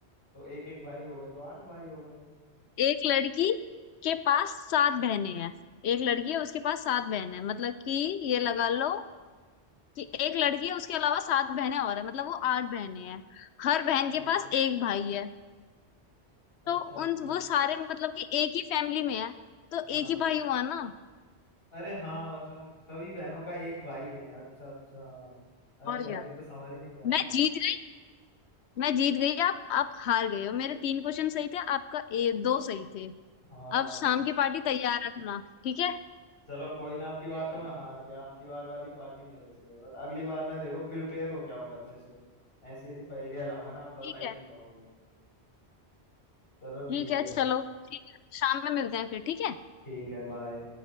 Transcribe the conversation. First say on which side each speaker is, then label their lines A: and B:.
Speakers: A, on the left; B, on the left.
A: तो एक एक भाई हो गए तो आठ भाई हो गए
B: एक लड़की के पास सात बहनें हैं एक लड़की है उसके पास सात बहनें हैं मतलब कि ये लगा लो कि एक लड़की है उसके अलावा सात बहनें और है मतलब वो आठ बहनें हैं हर बहन
A: हाँ
B: के पास एक भाई है
A: अच्छा
B: तो
A: अच्छा
B: उन वो सारे मतलब कि एक ही फैमिली में है तो
A: हाँ
B: एक ही भाई हुआ ना
A: अरे हाँ मतलब सभी बहनों का एक भाई है अच्छा अच्छा अरे
B: और
A: यार
B: क्या
A: ये तो समझ ही नहीं पाया
B: मैं
A: था
B: जीत मैं जीत गई आप आप हार गए हो मेरे तीन क्वेश्चन सही थे आपका ए, दो सही थे
A: हाँ
B: अब शाम की पार्टी तैयार रखना ठीक है
A: चलो कोई ना आपकी बार तो मैं हार गया आपकी बार वाली पार्टी मेरे से है बट अगली बार मैं देखो प्रिपेयर होके आऊंगा अच्छे से ऐसी ऐसी पहेलियां लाऊंगा ना आप बता
B: ठीक
A: ही नहीं
B: है
A: पाओगे चलो
B: ठीक
A: ठीक
B: है
A: है फिर।
B: चलो ठीक है शाम में मिलते हैं फिर ठीक है
A: ठीक है बाय